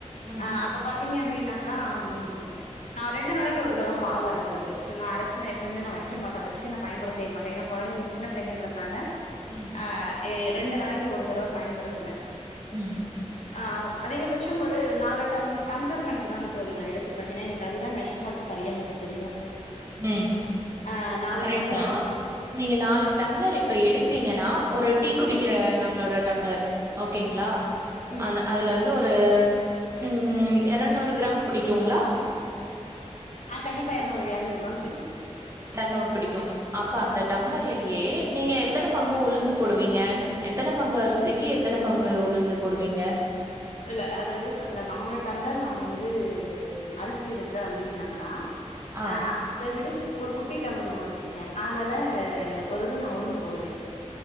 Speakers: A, on the right; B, on the left.
A: ம்
B: ஆ அப்ப பாத்தீங்க அப்டின்னா க்கா ம் ம் ம் நா ரெண்டு நாளைக்கு ஒரு தடவ மாவு அர ப்பந் தோழி நா அரச்சு நா எப்பயுமே நா வெக்க மாட்டே வெச்சு நா பயன்படுத்தவே மாட்டே ஏனா கொழந்தைங்க சின்ன பிள்ளைங்கன்றதுனால
A: ம்.
B: ஆ எ எ ரண்டு நாளைக்கி ஒரு தடவ பயன்படுத்துவே.
A: ம்.
B: ஆவ் அதிகபட்சம் ஒரு நாலு டம் டம்ப்ளர் கணக்கு தாங் தோழி நா எடுத்து ப்ப ஏனா எனக்கு அதுதா மெஷர்மெண்ட் சரியா எனக்கு தெரியு.
A: ம்
B: ஆ நாலு
A: கரெட்தா.
B: டம்ளர் அ
A: நீங்க நாலு டம்ளர் இப்ப எடுக்கறீங்கனா ஒரு டீ குடிக்கிற நம்ளோட டம்ளர் ஓகேங்ளா?
B: ம்
A: அந்த அதுல வந்து ஒரு ம் எரநூறு கிராம் புடிக்குங்ளா?
B: ஆ கண்டிப்பா எரநூறு எரநூறு கிராம் புடிக்கு.
A: எரநூறு பிடிக்கு. அப்ப அந்த டம்ளர்லயே நீங்க எத்தன பங்கு உளுந்து போடுவீங்க எத்தன பங்கு அரிசி க்கி எத்தன பங்கு உளுந்து போடுவீங்க?
B: இல்ல அதாவது இப்ப அதுல நாலு டம்ளர் நா வந்து அரிசி எடுக்கறே அப்டின்னாக்கா
A: ஆ,
B: அ இத விட ச் ஒரு குட்டி டம்ப்ளர் ஒன்னு வெச்சிருக்கே அதல ஒரு இது நா உளுந்து போடுவே.